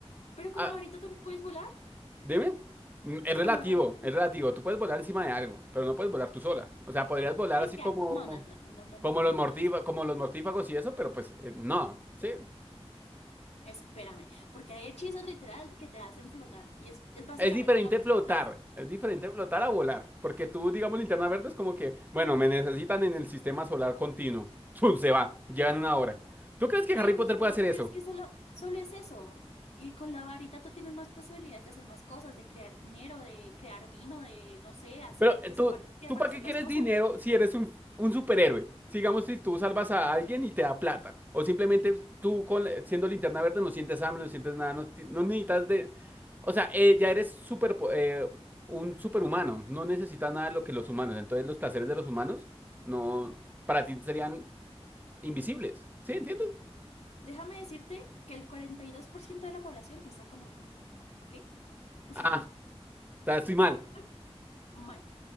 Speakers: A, on the left (about 85°); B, on the right (about 15°).
A: pero con
B: Ah,
A: la varita también puedes volar.
B: dime. Mm, Es relativo,
A: Con la varita también.
B: es relativo. Tú puedes volar encima de algo, pero no puedes volar tú sola. O sea, podrías volar
A: Pero
B: así
A: es que,
B: como,
A: a- no, no, no, no, no, no,
B: como
A: no, no,
B: los
A: no,
B: mortífagos,
A: no, es-
B: como los mortífagos y eso, pero pues eh, no, ¿sí?
A: espérame, porque hay hechizos literal que te hacen flotar y es, es básicamente
B: Es diferente
A: lo mismo
B: flotar,
A: que hacen.
B: es diferente flotar a volar, porque tú, digamos, linterna verde es como que, bueno, me necesitan en el sistema solar continuo. ¡Zum! Se va, llegan una hora. ¿Tú crees que
A: Pero,
B: Harry Potter
A: s- os-
B: puede hacer eso?
A: pero es que solo, solo es eso. Y con la varita tú tienes más posibilidades de hacer más cosas, de crear dinero, de crear vino, de, no sé, hacer
B: Pero eh,
A: desaparecer
B: tú,
A: y
B: ¿tú
A: aparecer
B: para qué quieres
A: las cosas.
B: dinero si eres un, un superhéroe? Digamos, si tú salvas a alguien y te da plata. O simplemente tú con, siendo linterna verde no sientes hambre, no sientes nada, no, ti- no necesitas de... O sea, eh, ya eres super, eh, un superhumano, no necesitas nada de lo que los humanos. Entonces los placeres de los humanos no, para ti serían invisibles. ¿Sí? ¿Entiendes?
A: Déjame decirte que el 42% de la población piensa como tú, ¿ok? <laughs>
B: Ah, o sea, estoy mal.
A: Ok, Mal.